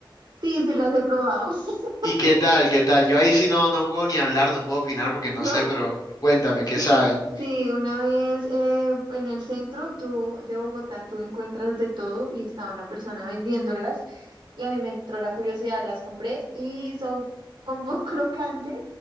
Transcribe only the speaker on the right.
Sí, sí las he probado. <laughs>
No,
sí,
sí, una vez eh, en el centro tú, de Bogotá tú encuentras de todo y estaba una persona vendiéndolas y a mí me entró la curiosidad, las compré y son como <laughs> crocantes.